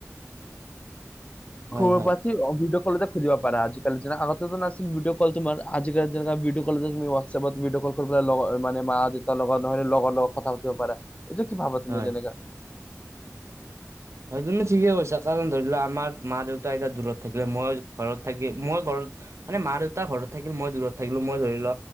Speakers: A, on the right; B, on the left.
A: হয়
B: খবৰ-পাতি
A: হয়
B: অ' ভিডি'অ কলতে খুজিব পাৰা আজিকালি যেনে আগতেতো নাছিল ভিডি'অ কল তোমাৰ। আজিকালি <unintelligible> যেনে <unintelligible> চবত ভিডি'অ কল কৰি পেলাই লগ মানে মা-দেউতা লগত নহলে লগৰৰ লগত কথা পাতিব পাৰা। এইটো কি ভাবা তুমি
A: হয়
B: যেনেকা?
A: হয়, তুমি ঠিকে কৈছা। কাৰণ ধৰি লোৱা, আমাৰ মা-দেউতা এতিয়া দূৰত থাকিলে, মই ঘৰত থাকি মই ঘৰত মানে মা-দেউতা ঘৰত থাকিল মই দূৰত থাকিলোঁ, মই ধৰি ল